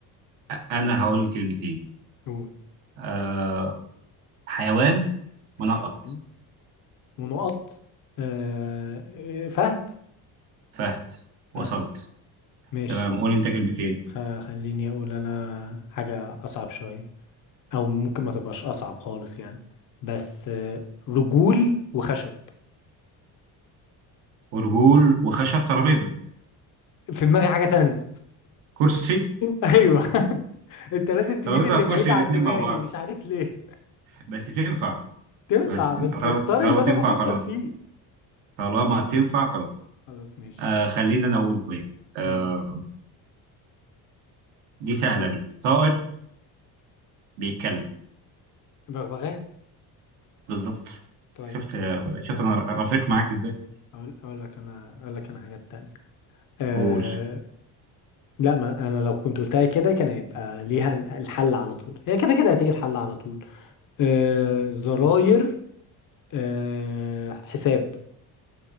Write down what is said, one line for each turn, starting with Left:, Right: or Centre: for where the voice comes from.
Right: أ- انا هقول كلمتين
Left: هو
Right: آه حيوان
Left: حيوان
Right: منقط
Left: ونقط آه... فهد
Right: فهد وصلت
Left: فهد ماشي
Right: تمام قول انت كلمتين
Left: خ- خليني اقول انا حاجة اصعب شوية او ممكن ما تبقاش اصعب خالص يعني بس آه، رجول وخشب
Right: ورجول وخشب ترابيزه
Left: في دماغي حاجة تانية
Right: كرسي
Left: ايوه <laughs> انت لازم تجيب
Right: ترابيزه
Left: اللي
Right: وكرسي
Left: بعيد عن
Right: الاثنين
Left: دماغي
Right: مع بعض
Left: مش عارف ليه
Right: بس تنفع
Left: تنفع
Right: بس تنفع
Left: بس
Right: طالما
Left: اختار
Right: طالما
Left: اللي انا
Right: تنفع
Left: بفكر
Right: خلاص
Left: فيه
Right: طالما تنفع خلاص
Left: خلاص ماشي
Right: آه خلينا انا اقول طيب آه
Left: مم.
Right: دي سهله دي طائر بيتكلم
Left: بغبغان
Right: بالظبط
Left: طيب
Right: شفت شفت
Left: مم.
Right: انا رفيق معاك ازاي
Left: اقول اقول لك انا اقول لك انا حاجات تانية أه...
Right: قول
Left: لا ما انا لو كنت قلتها كده كان هيبقى ليها ال- الحل على طول هي كده كده هتيجي الحل على طول أه... زراير أه... حساب